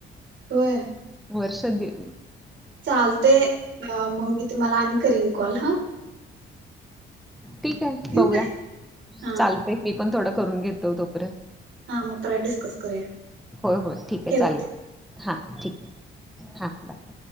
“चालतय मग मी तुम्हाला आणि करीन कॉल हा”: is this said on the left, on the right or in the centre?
Right